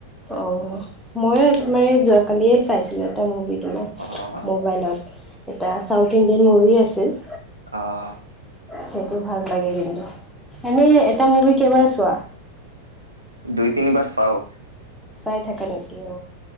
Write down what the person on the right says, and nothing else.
অ'
অঁ
দুই তিনিবাৰ চাওঁ